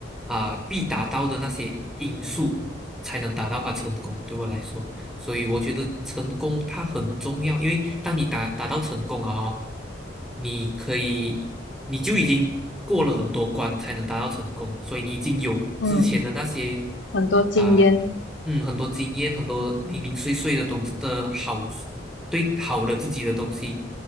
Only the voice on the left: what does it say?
嗯，很多经验，